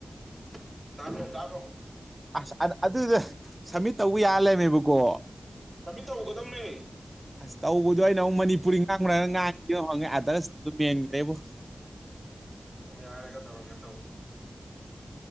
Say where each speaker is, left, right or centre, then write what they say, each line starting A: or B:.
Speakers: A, on the right (about 40°); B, on the right (about 20°).
A: ꯇꯣ ꯇꯥꯕ꯭ꯔꯣ
B: ꯑꯁ ꯑꯗꯨꯗ ꯁꯕꯃꯤꯠ ꯇꯧꯕ ꯌꯥ ꯂꯩꯃꯦꯕꯀꯣ
A: ꯁꯃꯤ ꯇꯧꯒꯗꯧꯅꯦ
B: ꯑꯁ ꯇꯧꯕꯗꯣ ꯑꯩꯅ ꯑꯃꯨꯛ ꯃꯅꯤꯄꯨꯔꯤ ꯉꯥꯡꯈ꯭ꯔꯒ ꯉꯥꯡꯈꯤ ꯍꯪꯉꯦ ꯑꯗꯔꯁꯦꯟ ꯑꯦꯕꯨꯣ
A: ꯑꯣ ꯍꯥꯏꯔꯒ ꯇꯧꯔꯒꯦ ꯇꯧꯕ